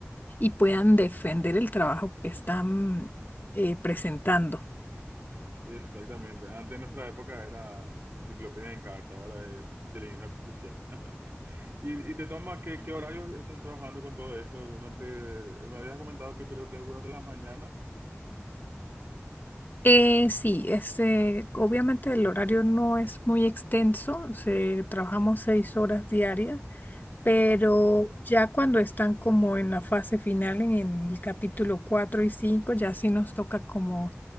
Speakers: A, on the left; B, on the right.
A: y puedan defender el trabajo que están eh, presentando.
B: exactamente. Antes en nuestra época era enciclopedia en carta, ahora es inteligencia artificial. <laughs> ¿Y, y te toma qué, qué horarios estás trabajando con todo esto durante? Me habías comentado que creo que es durante las mañanas.
A: Eh, sí, este, obviamente el horario no es muy extenso, se, trabajamos seis horas diarias, pero
B: Ajá,
A: ya cuando están como en la fase final, en el capítulo 4 y 5, ya sí nos toca como